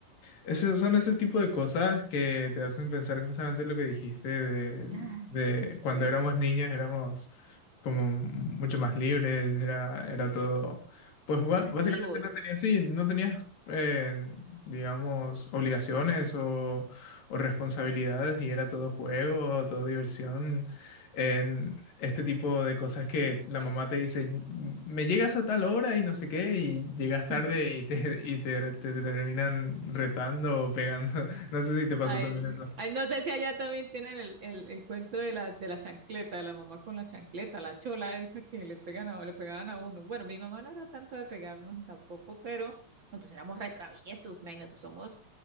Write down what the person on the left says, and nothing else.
ese- son ese tipo de cosas que te hacen pensar justamente lo que dijiste de,
de
cuando éramos niños éramos como mucho más libres, era, era todo. Pues bueno,
básicamente no tenías, sí, no tenías, eh, digamos, obligaciones o, o responsabilidades y era todo juego, todo diversión en este tipo de cosas que la mamá te dice, me llegas a tal hora y no sé qué, y llegas tarde
y te, y te, te- te terminan retando o pegando. <laughs> No sé si te pasó
también
eso.